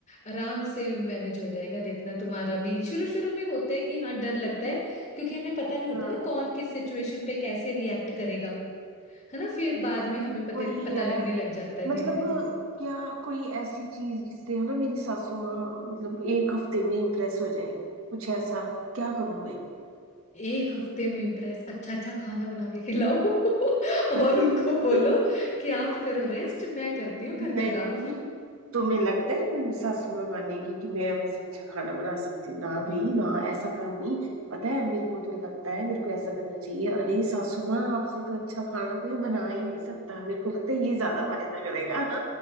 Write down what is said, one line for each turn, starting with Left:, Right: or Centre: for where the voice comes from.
Left: आराम से मैनेज हो जाएगा देखना तुम्हारा भी शुरू शुरू में होता है कि हाँ डर लगता है क्योंकि हमें पता नहीं होता
Right: हाँ
Left: ना कौन किस सिचुएशन पे कैसे रिएक्ट करेगा है ना फिर बाद में हमें पते
Right: वही
Left: पता
Right: है
Left: लगने लग जाता है
Right: मतलब
Left: धीरे धीरे
Right: क्या कोई ऐसी चीज जिससे है ना मेरी सासू माँ मतलब एक हफ्ते में इम्प्रेस हो जाए कुछ ऐसा क्या करूं मैं
Left: एक हफ्ते में इम्प्रेस अच्छा अच्छा खाना बना के खिलाओ <laughs> और
Right: <laughs>
Left: उनको बोलो कि आप करो रेस्ट मैं करती हूँ घर
Right: नहीं
Left: का काम <laughs>
Right: तुम्हें लगता है मेरी सासू माँ मानेगी कि मैं उनसे अच्छा खाना बना सकती हूँ ना भाई ना ऐसा काम नहीं पता है मेरे को तो लगता है मेरे को ऐसा करना चाहिए अरे सासू माँ आपसे तो अच्छा खाना कोई बना ही नहीं सकता मेरे को लगता है ये ज्यादा फायदा करेगा